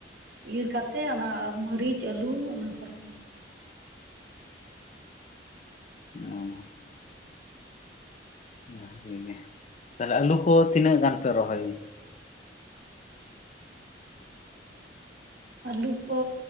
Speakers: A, on the right; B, on the left.
A: ᱤᱨ ᱠᱟᱛᱮᱫ ᱚᱱᱟ ᱢᱟᱹᱨᱤᱪ, ᱟᱹᱞᱩ ᱚᱱᱟ ᱠᱚ ᱨᱚᱦᱚᱭ᱾
B: <unintelligible> ᱵᱷᱟᱜᱮ ᱜᱮ, ᱛᱟᱦᱞᱮ ᱟᱞᱩ ᱠᱚ ᱛᱤᱱᱟᱹᱜ ᱜᱟᱱ ᱯᱮ ᱨᱚᱦᱚᱭ ᱜᱮ?
A: ᱟᱹᱞᱩ ᱠᱚᱻ